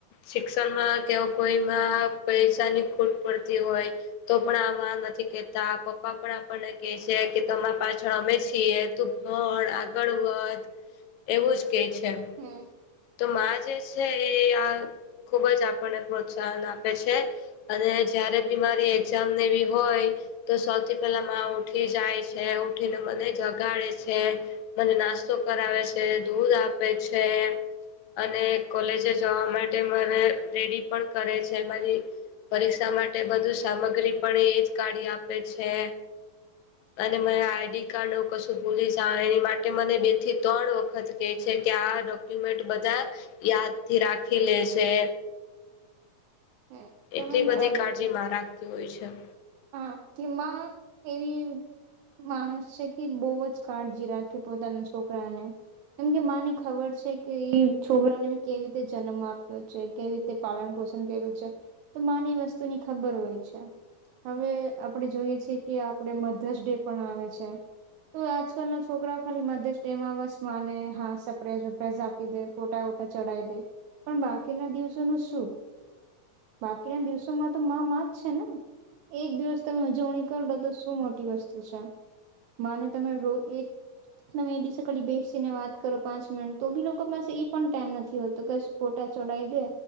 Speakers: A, on the left; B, on the right.
A: શિક્ષણમાં કેવ કોઈમાં પૈસાની ખૂટ પડતી હોય તો પણ આમાં નથી કેતા પપ્પા પણ આપણને કેહે છે કે તમારા પાછળ અમે છીએ. તું ભણ આગળ વધ એવું જ કે છે.
B: હમ્મ.
A: તો માં જે છે, એ આ ખુબ જ આપણને પ્રોત્સાહન આપે છે. અને જયારે બી મારી એક્ઝામ ને એવી હોય. તો સૌથી પેલા મા ઉઠી જાય છે. ઉઠીને મને જગાડે છે. મને નાસ્તો કરાવે છે, દૂધ આપે છે. અને કોલેજે જવા માટે મને રેડી પણ કરે છે, મારી. પરીક્ષા માટે બધું સામગ્રી પણ એજ કાઢી આપે છે. અને મને આઈડી કાર્ડ ન કશું ભૂલી જા એની માટે મને બે થી ત્રણ વખત. કે આ ડોક્યુમેન્ટ બધા યાદથી રાખી લે છે.
B: હમ તમે
A: એટલી
B: બરાબર
A: બધી કાળજી
B: કીધું
A: માં રાખતી હોય છે.
B: હા કે મા એવી. <unintelligible> છે, કે બહુ જ કાળજી રાખે પોતાના છોકરાને. કેમ કે માને ખબર છે, કે ઈ છોકરાને મેં કેવી રીતે જન્મ આપ્યો છે, કેવી રીતે. તે પાલન પોષણ કર્યું છે, તો માને એ વસ્તુની ખબર હોય છે. હવે આપણેે જોઈએ છીએ કે આપડે મધર્સ ડે પણ આવે છે. તો આજકાલ ના છોકરાઓ ખાલી મધસ ડે માં બસ માને હા સપ્રઝ વપરાઝ આપ. દે ફોટા વોટા ચઢાવી દે પણ બાકીના દિવસોનું શું? બાકીના દિવસોમાં તો મા માં જ છે, ને. એક દિવસ તમે ઉજવણી કર લો તો શું મોટી વસ્તુ છે, માને તમે રો એક. તમે એ દિવસે ખાલી બેસી ને વાત કરો પાંચ મિનટ તો બી લોકો પાસે એ પણ ટાઈમ નથી હોતો ફોટા ચોડાઈ દે